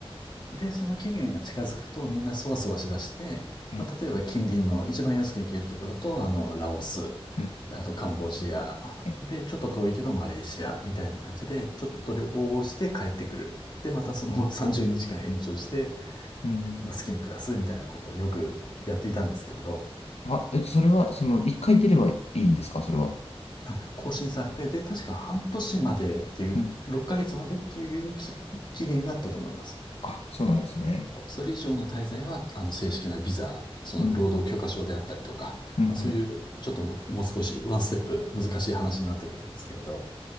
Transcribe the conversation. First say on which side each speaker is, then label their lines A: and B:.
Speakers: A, on the left; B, on the left.
A: で、その期限が近づくとみんなそわそわしだして、
B: はい。
A: まあ、例えば近隣の一番安く行けるところだと、あの、ラオス、
B: うん。
A: であとカンボジア、
B: え
A: で、ちょっと遠いけどマレーシアみたいな感じで、ちょっと旅行をして帰ってくる。で、またその <laughs> 30日間延長して、
B: うん。
A: まあ、好きに暮らすみたいなことをよくやっていたんですけれど、
B: あ、え、それは、その、一回出ればいいんですか、それは。
A: あ、更新されて、で、確か半年までっていう、
B: うん。
A: 6ヶ月までっていう期、期限があったと思います。
B: あ、そうなんですね。
A: そうそれ以上の滞在は、あの、正式なビザ、その、
B: うん。
A: 労働許可証であったりとか、
B: うんうん。
A: まあ、そういう、ちょっともう少し、ワンステップ難しい話になってくるんですけれど。